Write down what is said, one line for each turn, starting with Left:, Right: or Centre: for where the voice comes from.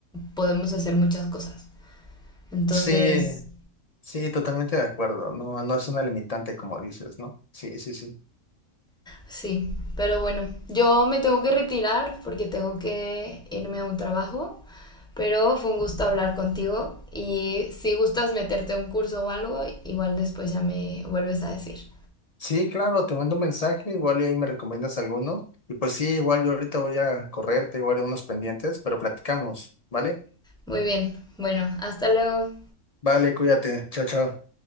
Centre: podemos hacer muchas cosas. Entonces,
Left: Sí, sí, totalmente de acuerdo. No, no es una limitante como dices, ¿no? Sí, sí, sí.
Centre: Sí, pero bueno, yo me tengo que retirar porque tengo que irme a un trabajo, pero fue un gusto hablar contigo y si gustas meterte a un curso o algo, igual después ya me vuelves a decir.
Left: Sí, claro, te mando un mensaje, igual y ahí me recomiendas alguno. Y pues sí, igual yo ahorita voy a correr. Tengo igual unos pendientes, pero platicamos, ¿vale?
Centre: Muy bien, bueno, hasta luego.
Left: Vale, cuídate, chao, chao.